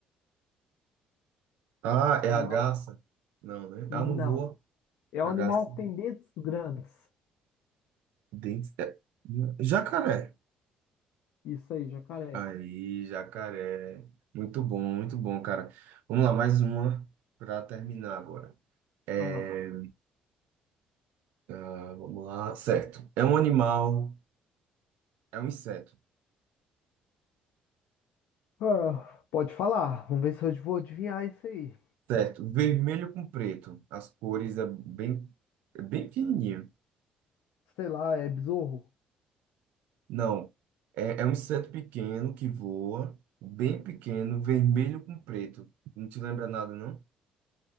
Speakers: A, on the right; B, on the left.
A: Ah, é
B: Um
A: a
B: animal...
A: garça? Não, né?
B: Não.
A: Ah, não voa.
B: É
A: A
B: um animal
A: garça
B: que tem dentes grandes.
A: dente. é- Jacaré.
B: Isso aí, jacaré.
A: Aí, jacaré. Muito bom, muito bom, cara. Vamos lá, mais uma para terminar agora. É,
B: Ah.
A: ah, vamos lá. Certo. É um animal, é um inseto.
B: Ah, pode falar. Vamos ver se eu vou adivinhar isso aí.
A: Certo. Vermelho com preto. As cores é bem, é bem pequenininho.
B: Sei lá, é besouro?
A: Não. É, é um inseto pequeno que voa, bem pequeno, vermelho com preto. Não te lembra nada, não?